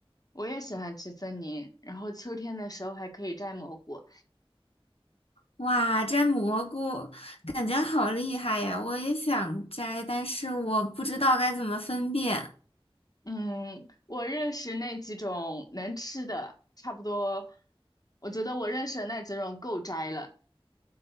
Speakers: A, on the left; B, on the left.
A: 我也喜欢去森林，然后秋天的时候还可以摘蘑菇。
B: 哇，摘蘑菇感觉好厉害呀！我也想摘，但是我不知道该怎么分辨。
A: 嗯，我认识那几种能吃的，差不多。我觉得我认识的那几种够摘了。